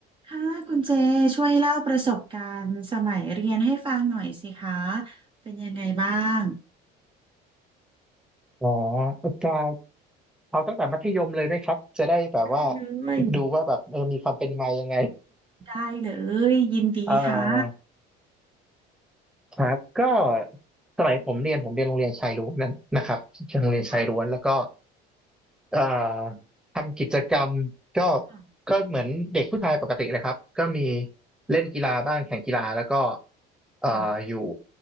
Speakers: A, on the right (about 25°); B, in the centre.
A: ค่ะคุณเจช่วยเล่าประสบการณ์สมัยเรียนให้ฟังหน่อยสิคะเป็นยังไงบ้าง
B: อ๋อจะเอาตั้งแต่มัธยมเลยไหมครับจะได้แบบว่า
A: ได้เลย
B: ดูว่าแบบเออมีความเป็นมายังไง
A: ได้เลยยินดีค่ะ
B: เอ่ <laughs> อครับก็สมัยผมเรียนผมเรียนโรงเรียนชายล้วนนั้นนะครับโรงเรียนชายล้วนแล้วก็
A: ค่ะ
B: เอ่อทำกิจกรรมก็
A: ค่ะ
B: ก็เหมือนเด็กผู้ชายปกติเลยครับก็มีเล่นกีฬาบ้างแข่งกีฬาแล้วก็เอ่ออยู่
A: ค่ะ